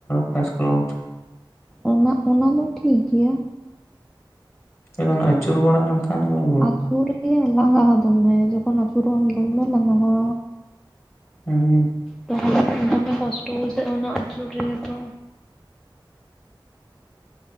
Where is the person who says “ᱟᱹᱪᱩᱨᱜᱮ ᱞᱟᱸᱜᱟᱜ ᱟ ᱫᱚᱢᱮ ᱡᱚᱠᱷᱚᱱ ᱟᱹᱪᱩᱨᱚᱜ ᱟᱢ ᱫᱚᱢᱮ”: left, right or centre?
Centre